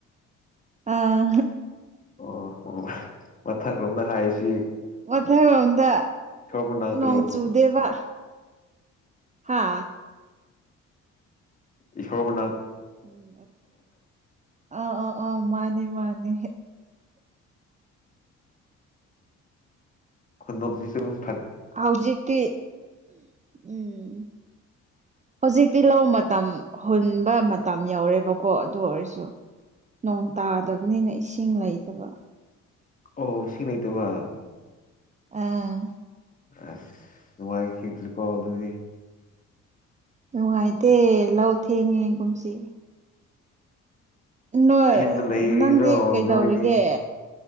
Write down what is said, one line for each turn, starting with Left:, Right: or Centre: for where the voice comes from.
Right: ꯑꯥ
Left: ꯑꯣ ꯃꯊꯛꯂꯣꯝꯗ ꯍꯥꯏꯁꯤ
Right: ꯃꯊꯪꯔꯣꯝꯗ
Left: ꯃꯅꯥꯛꯇꯔꯣ
Right: ꯅꯣꯡ ꯆꯨꯗꯦꯕ ꯍꯥ
Left: ꯏꯁꯣꯔꯣꯒꯅꯥꯊ
Right: ꯎꯝ ꯑ ꯑꯥ ꯑ ꯃꯥꯅꯦ ꯃꯥꯅꯦ
Left: ꯈꯨꯟꯗꯁꯤꯁꯨꯨꯝ
Right: ꯍꯧꯖꯤꯛꯇꯤ ꯎꯝ ꯍꯧꯖꯤꯛꯇꯤ ꯂꯧ ꯃꯇꯝ ꯍꯨꯟꯕ ꯃꯇꯝ ꯌꯧꯔꯦꯕꯀꯣ ꯑꯗꯨ ꯑꯣꯏꯔꯁꯨ ꯅꯣꯡ ꯇꯥꯗꯕꯅꯤꯅ ꯏꯁꯤꯡ ꯂꯩꯇꯕ
Left: ꯑꯣ ꯁꯤꯃꯩ ꯇ ꯋꯥ
Right: ꯑꯥ
Left: ꯑꯁꯃꯒꯤ ꯈꯇꯂꯤ ꯀꯣ ꯑꯗꯨꯗꯤ
Right: ꯅꯨꯡꯉꯥꯏꯇꯦ ꯂꯧ ꯊꯦꯡꯉꯦ ꯀꯨꯝꯁꯤ ꯅꯣꯏ
Left: ꯌꯗ ꯂꯩꯔꯣ
Right: ꯅꯪꯗꯤ ꯀꯩꯗꯧꯔꯤꯒꯦ
Left: ꯅꯣꯏꯅꯤ